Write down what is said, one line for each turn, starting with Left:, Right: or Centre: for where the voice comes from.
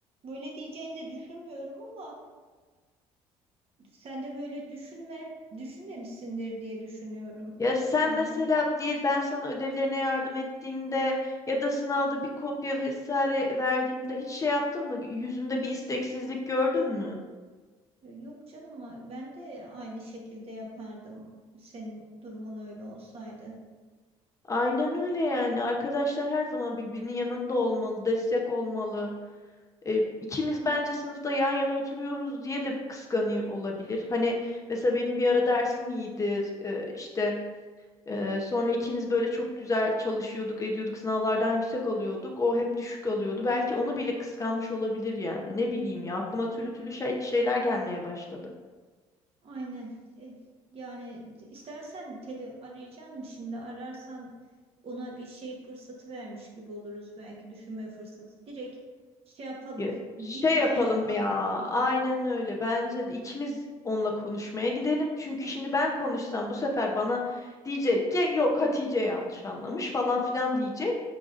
Right: böyle diyeceğini de düşünmüyorum ama e, sen de böyle düşünme düşünmemişsindir diye düşünüyorum.
Left: Ya sen
Right: Yani
Left: mesela diye ben sana ödevlerine yardım ettiğimde ya da sınavda bir kopya vesaire verdiğimde hiç şey yaptın mı? Yüzümde bir isteksizlik gördün mü?
Right: e, yok canım ben de aynı şekilde yapardım senin durumun öyle olsaydı.
Left: Aynen öyle yani. Arkadaşlar her zaman birbirinin yanında olmalı, destek olmalı. E, ikimiz bence sınıfta yan yana oturuyoruz diye de kıskanıyor olabilir. Hani mesela benim bir ara dersim iyiydi. E, işte Ee, sonra ikimiz böyle çok güzel çalışıyorduk, ediyorduk, sınavlardan yüksek alıyorduk. O hep düşük alıyordu. Belki onu bile kıskanmış olabilir yani. Ne bileyim ya aklıma türlü türlü şey, şeyler gelmeye başladı.
Right: Aynen. E, Yani istersen teli arayacaksın şimdi ararsan ona bir şey fırsatı vermiş gibi oluruz belki düşünme fırsatı. Direkt şey yapalım.
Left: Ya,
Right: Bir
Left: şey
Right: plan
Left: yapalım
Right: yapalım
Left: ya.
Right: bir
Left: Aynen
Right: güne.
Left: öyle. Bence de ikimiz onunla konuşmaya gidelim. Çünkü
Right: Aha,
Left: şimdi ben konuşsam bu sefer bana diyecek ki yok Hatice yanlış anlamış falan filan diyecek.